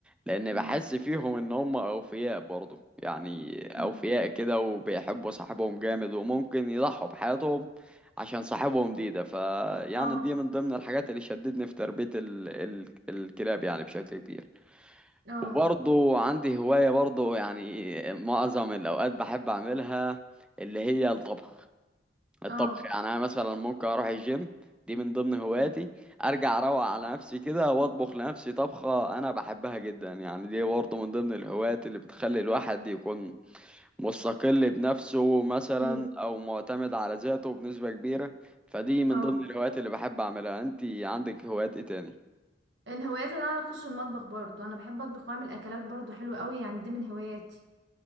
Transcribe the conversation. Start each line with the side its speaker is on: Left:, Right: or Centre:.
Centre: لان
Right: امم
Centre: بحس فيهم ان هم اوفياء برضه يعني
Right: امم
Centre: اوفياء كده وبيحبوا صاحبهم جامد وممكن يضحوا بحياتهم عشان صاحبهم دي ده فيعني
Right: اه
Centre: دي من ضمن الحاجات اللي شدتني في تربية ال... ال... الكلاب يعني بشكل كبير
Right: اه
Centre: وبرضه عندي هواية برضه يعني معظم الأوقات بحب أعملها اللي هي الطبخ الطبخ
Right: اه
Centre: يعني أنا مثلا ممكن أروح الجيم دي من ضمن هواياتي
Right: مم.
Centre: أرجع أروق على نفسي كده وأطبخ لنفسي طبخة أنا بحبها جدا يعني دي برضه من ضمن الهوايات اللي بتخلي الواحد يكون مستقل بنفسه مثلا
Right: مم.
Centre: أو معتمد على ذاته بنسبة كبيرة فدي من
Right: اه
Centre: ضمن الهوايات اللي بحب أعملها أنتي عندك هوايات إيه تاني؟
Right: من هواياتي ان انا اخش المطبخ برضو انا بحب اطبخ واعمل اكلات برضو حلوه قوي يعني دي من هواياتي